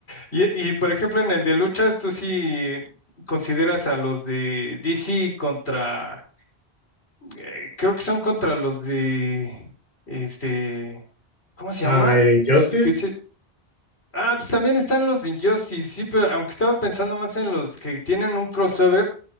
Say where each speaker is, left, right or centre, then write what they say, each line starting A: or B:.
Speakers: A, on the left (about 75°); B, on the left (about 45°).
A: Y, y por ejemplo, en el de luchas, tú sí consideras a los de DC contra, eh, creo que son contra los de, este, ¿cómo se
B: Ah,
A: llama?
B: el Injustice.
A: El que es Ah, pues también están los de Injustice, sí, pero aunque estaba pensando más en los que tienen un crossover